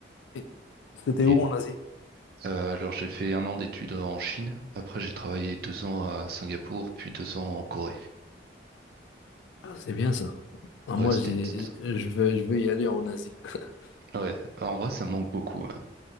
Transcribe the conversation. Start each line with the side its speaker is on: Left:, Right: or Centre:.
Left: Et C'était
Right: Et,
Left: où en Asie?
Right: Euh, alors j'ai fait un an d'études en Chine, après j'ai travaillé deux ans à Singapour, puis deux ans en Corée.
Left: Ah, C'est bien ça. Ah, moi,
Right: Ouais, c'était...
Left: j'y-
Right: c'était très-
Left: je veux, je veux y aller en Asie. <laughs>
Right: Ouais, en vrai ça me manque beaucoup, hein.